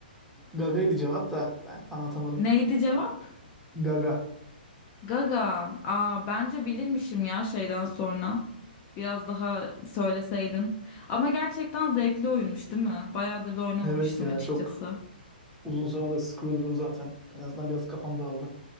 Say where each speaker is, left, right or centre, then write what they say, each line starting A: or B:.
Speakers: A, in the centre; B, on the left.
A: Gaga'ydı cevap da ben anlatamadım.
B: Neydi cevap?
A: Gaga.
B: Gaga. Aa bence bilirmişim ya şeyden sonra. Biraz daha söyleseydin. Ama gerçekten zevkli oyunmuş değil mi? Bayağıdır da oynamamıştım
A: Evet ya
B: açıkçası.
A: çok uzun sonra da sıkıldım zaten. En azından biraz kafam dağıldı.